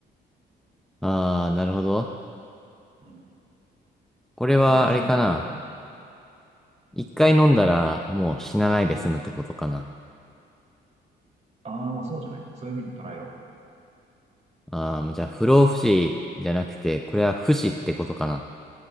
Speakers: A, in the centre; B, on the right.
A: ああ、なるほど。
B: うん。
A: これはあれかな。
B: まあ、不死になるってことだね。
A: 一回飲んだらもう死なないで済むってことかな。
B: ああ、まあそうじゃない。そういうふうに捉えよ
A: ああ、じゃあ不老不死じゃなくて、これは不死ってことかな。